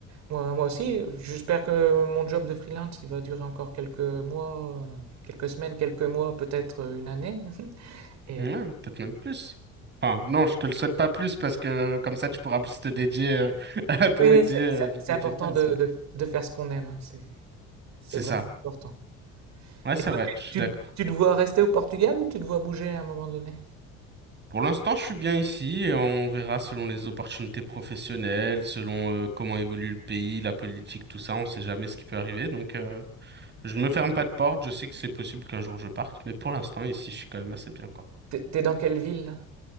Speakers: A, on the right; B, on the right.
A: moi, moi aussi j'espère que mon job de freelance il va durer encore quelques mois, euh, quelques semaines, quelques mois, peut-être euh, une année <laughs> et
B: Ouais, peut-être même plus. Enfin, non, je te le souhaite pas plus parce que comme ça, tu pourras plus te dédier euh, <laughs> à ton
A: oui
B: métier,
A: c'est
B: euh,
A: c'est-
B: ton
A: c'est
B: métier
A: important
B: de base.
A: de,
B: mais
A: de- de faire ce qu'on aime, hein, c'est c'est
B: C'est
A: vraiment
B: ça.
A: important.
B: Ouais, c'est
A: Et toi,
B: vrai, je suis
A: tu,
B: d'accord.
A: tu- tu te vois rester au Portugal ou tu te vois bouger à un moment donné?
B: Pour l'instant, je suis bien ici et on verra selon les opportunités professionnelles, selon euh, comment évolue le pays, la politique, tout ça. On sait jamais ce qui peut arriver. Donc, euh, je ne me ferme pas de porte. Je sais que c'est possible qu'un jour je parte, mais pour l'instant, ici, je suis quand même assez bien, quoi.
A: T'es t'es dans quelle ville?